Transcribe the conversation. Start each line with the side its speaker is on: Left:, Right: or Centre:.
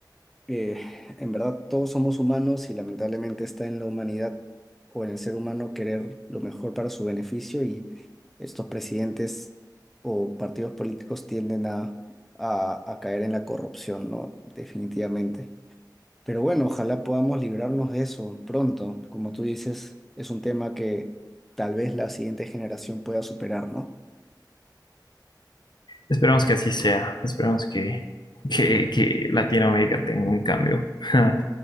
Centre: eh, en verdad todos somos humanos y lamentablemente está en la humanidad o en el ser humano querer lo mejor para su beneficio y estos presidentes o partidos políticos tienden a, a, a caer en la corrupción, ¿no? Definitivamente. Pero bueno, ojalá podamos librarnos de eso pronto. Como tú dices, es un tema que tal vez la siguiente generación pueda superar, ¿no?
Left: Esperemos que así sea, esperemos que, que, que Latinoamérica tenga un cambio. <laughs>